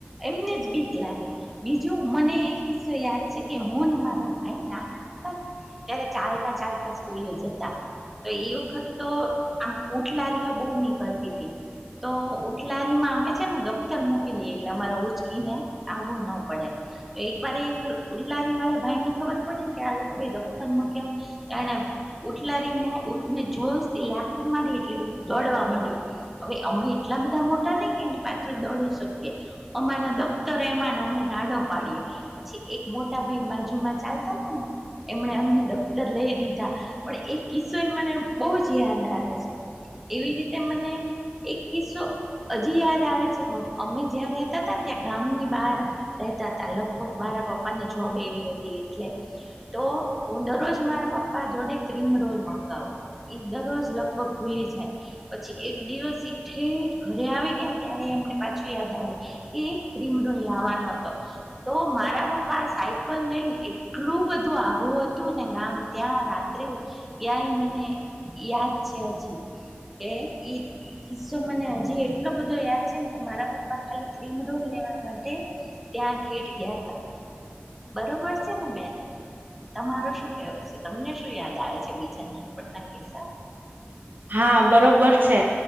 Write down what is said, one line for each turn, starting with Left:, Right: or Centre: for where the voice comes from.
Centre: એમને જ બીક લાગી બીજું મને- કિસ્સો યાદ છે. કે હું ને મારો ભાઈ નામ- ત્યારે ચાલતા ચાલતા સ્કૂલે જતા- તો એ વખત તો આમ ઉટલારીઓ બહુ નીકળતી હતી. તો ઉટલારીમાં અમે છે. ને દફ્તર મૂકી દઈએ એટલે અમારે ઉચકીને આવવું ન પડે- એક વાર એક ઉલ્લારી વાળા ભાઈને ખબર પડી ને કે આ લોકો એ દફતર મુક્યા- એને ઉટલા રહીનેને જોશ થી લાકડી મારી એટલે દોડવા માંડ્યું- હવે અમે એટલા બધા મોટા ને કે એની પાછળ દોડી શકીએ- અમારા દફત એમાન અમે રાડો પાડીએ- પછી એક મોટા ભાઈ બાજુમાં ચાલતા હતા ને એમને અમને- લઈ દીધા પણ એ કિસ્સો એ મને બહુ જ યાદ આવે છે. એવી રીતે મને એક કિસ્સો હજી યાદ આવે છે કે અમે જ્યાં રતા હતા ને ત્યાં ગામની બહાર રતા હતા લગભગ મારા પપ્પા ને જોબ એવી હતી એટલે તો હું દરરોજ મારા પપ્પા જોડે ક્રીમ રોલ મંગાવું એ દરરોજ લગભગ ભૂલી જાય પછી એક દિવસ ઈઠેઠ ઘરે આવી ગયા ને ત્યારે એમને પાછું યાદ આવ્યું એ કિમ રૂલ લાવવાનો હતો તો મારા પપ્પા સા પણ લઈને એટલું બધું આઘું હતું ને ગામ ત્યાં રાત્રે યાય મને યાદ છે હજી કે ઈ કિસ્સો મને હજી એટલો બધો યાદ છે ને કે મારા પપ્પા ખાલી ક્રીમ રોલ લેવા માટે ત્યાં ે ગે બરોબર છે ને બેન તમારો શું કેવ છે તમને શું યાદ આવે છે બીજા નાનપણના કિસ્સા
Right: હા બરોબર છે